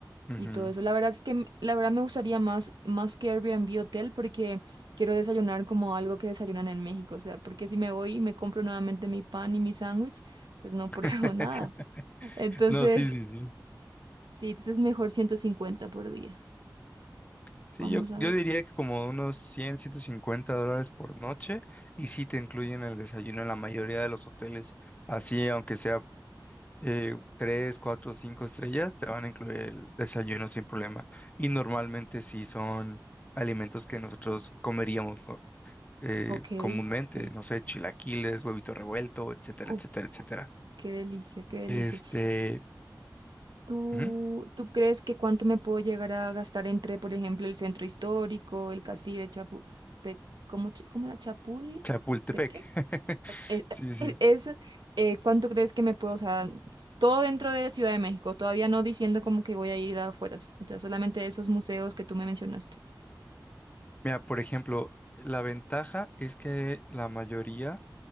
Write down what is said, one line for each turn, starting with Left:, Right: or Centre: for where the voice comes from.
Left: Ujú.
Right: y todo eso. La verdad es que m- la verdad me gustaría más, más que Airbnb hotel porque quiero desayunar como algo que desayunan en México. O sea, porque si me voy y me compro nuevamente mi pan y mi sándwich, pues no
Left: <laughs>
Right: pruebo <laughs> nada. Entonces,
Left: No, No, eh, sí, sí, sí.
Right: sí, es mejor 150 por día.
Left: Sí,
Right: Vamos
Left: yo,
Right: a
Left: yo
Right: ver.
Left: diría que como unos cien ciento cincuenta dólares por noche y sí te incluyen el desayuno en la mayoría de los hoteles. Así, aunque sea eh, 3, 4, 5 estrellas, te van a incluir el desayuno sin problema. Y normalmente sí son alimentos que nosotros comeríamos co- eh,
Right: Ok,
Left: comúnmente,
Right: pero,
Left: no sé, chilaquiles, huevito revuelto, etcétera,
Right: uf,
Left: etcétera, etcétera.
Right: qué delicia, qué delicia.
Left: Este,
Right: ¿Tú,
Left: ujú,
Right: tú crees que cuánto me puedo llegar a gastar entre, por ejemplo, el centro histórico, el castillo de Chapu, Pe- ¿cómo, ch- cómo era Chapul?
Left: Chapultepec.
Right: ¿Petec?
Left: <laughs>
Right: Eh,
Left: Sí, sí.
Right: eh, Es, eh, ¿cuánto crees que me puedo, o sea, s- todo dentro de Ciudad de México, todavía no diciendo como que voy a ir afuera, o sea, solamente esos museos que tú me mencionaste.
Left: Mira, por ejemplo, la ventaja es que la mayoría